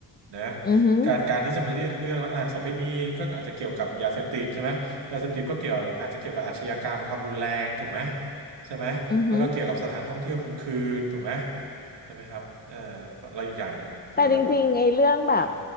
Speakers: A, on the right (about 85°); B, on the left (about 25°).
A: นะ
B: อือหือ
A: การการที่จะมาเลือกเลือกว่าอ่ะโสเภณีก็อาจจะเกี่ยวกับยาเสพติดใช่ไหมยาเสพติดก็เกี่ยวอาจจะเกี่ยวกับอาชญากรรมความรุนแรงถูกไหมใช่ไหมแล้วก็เกี่ยวกับสถานท่องเที่ยวกลางคืนถูกไหม
B: อือหือ
A: ใช่ไหมครับเออแล้วอีกอย่างหนึ่งเมื่อกี้อะไรวะ
B: แต่จริงๆไอ้เรื่องแบบ
A: นะ